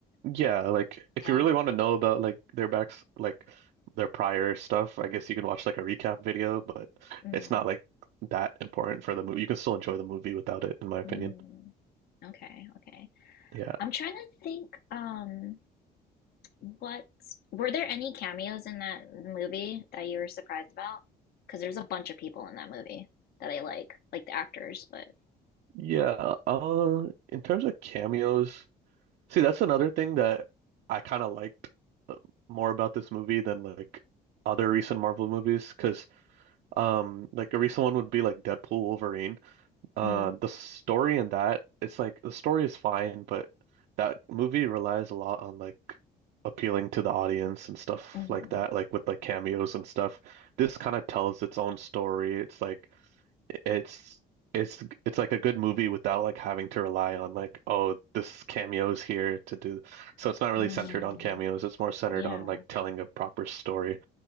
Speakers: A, on the right (about 80°); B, on the left (about 65°).
A: Yeah, like if
B: Yeah.
A: you really want to know about like their backs, like their prior stuff, I guess you can watch like a recap video, but
B: Mm,
A: it's not like that important for the movie. You can still enjoy the movie without it, in my opinion.
B: mm. Okay, okay.
A: Yeah.
B: I'm trying to think, um, what were there any cameos in that movie that you were surprised about? Because there's a bunch of people in that movie that I like, like the actors, but
A: Yeah. Uh, in terms of cameos, see, that's another thing that I kind of liked uh, more about this movie than like other recent Marvel movies, because um, like a recent one would be like Deadpool Wolverine. Uh,
B: mm,
A: the story in that, it's like the story is fine, but that movie relies a lot on like appealing to the audience and stuff
B: hmm
A: like that, like with like cameos and stuff. This kind of tells its own story. It's like it's it's it's like a good movie without like having to rely on like, oh, this cameo's here to do. So it's not really
B: mm,
A: centered on cameos. It's more centered
B: yeah.
A: on like telling a proper story.